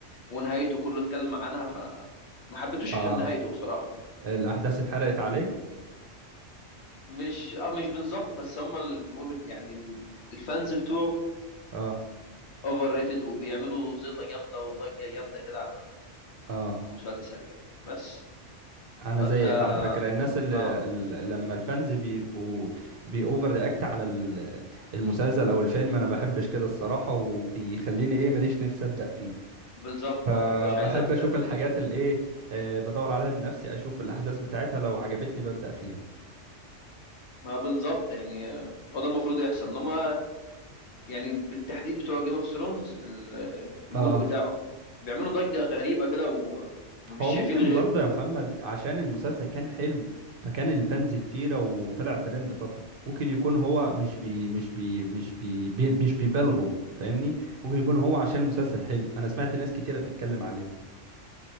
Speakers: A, on the left; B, on the right.
A: ونهايته كله اتكلم عنها فما حبيتوش
B: اه
A: عشان نهايته بصراحة
B: الاحداث اتحرقت عليك
A: مش اه مش بالظبط بس هم الجمهور بت... يعني ال- الفانز بتوعه
B: اه
A: اوفر ريتد وبيعملوا زيطة جامدة وضجة جامدة كده على
B: اه
A: على المسلسل يعني بس
B: انا
A: فانت
B: زيك على فكره الناس اللي
A: اه
B: اللي- لما الفانز بيبقوا بيأوفر رياكت على ال- المسلسل او الفيلم انا بحبش كده الصراحه وبيخليني ايه ماليش نفسي ابدا فيه
A: بالظبط
B: فبحب
A: ما بقاش عايز ابدا
B: اشوف
A: في
B: الحاجات اللي ايه آه بدور عليها بنفسي اشوف الاحداث بتاعتها لو عجبتني ببدا فيها
A: ما بالظبط يعني هو ده المفروض يحصل انما يعني بالتحديد بتوع جيم اوف ثرونز الجمهور
B: اه
A: بتاعه بيعملوا ضجة غريبة كده و- ومش
B: هو
A: شايفين
B: ممكن
A: غيره
B: برضه يا محمد عشان المسلسل كان حلو فكان الفانز كتيرة وطلع ترند فترة ممكن يكون هو مش بي مش بي مش بي, بي مش بيبالغوا فاهمني ممكن يكون هو عشان المسلسل حلو انا سمعت ناس كتيرة بتتكلم عليه